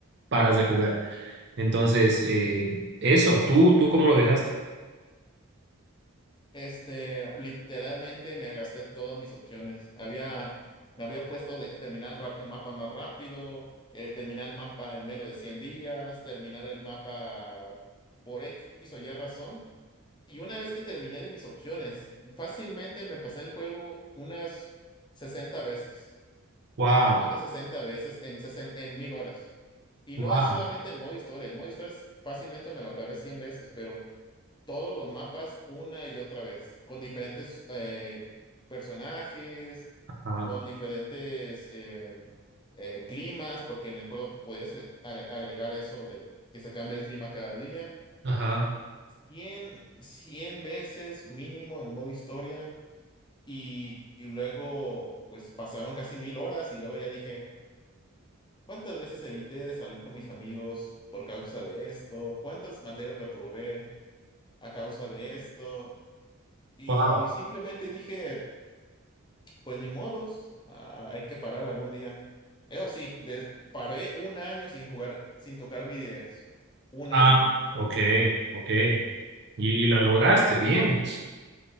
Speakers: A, on the right (about 50°); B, on the left (about 20°).
A: paras de jugar. Entonces, eh, eso, ¿tú, tú cómo lo dejaste?
B: Este, literalmente me gasté todas mis opciones. Había, me había puesto de terminar el, rap- el mapa más rápido, el terminar el mapa en menos de 100 días, terminar el mapa por X o Y razón. Y una vez que terminé de mis opciones, fácilmente me pasé el juego unas 60 veces,
A: Wow,
B: unas 60 veces en, sesen- en 1000 horas. Y
A: wow,
B: no es solamente el modo historia, el modo historia es- fácilmente me lo acabé 100 veces, pero todos los mapas una y otra vez, con diferentes eh, personajes,
A: ajá,
B: con diferentes eh, eh, climas, porque en el juego podías eh, a- agregar eso del que se cambia el clima cada día.
A: ajá,
B: cien cien veces mínimo en modo historia y, y luego pues pasaron casi mil horas y luego ya dije, ¿cuántas veces evité de salir con mis amigos por causa de esto? ¿Cuántas materias reprobé a causa de esto? Y
A: wow,
B: simplemente dije, pues ni modos, ah, hay que parar algún día. Eso sí, de- paré un año sin jugar, sin tocar mi diez Un
A: ah,
B: año.
A: ok, ok, y, y la lograste, bien.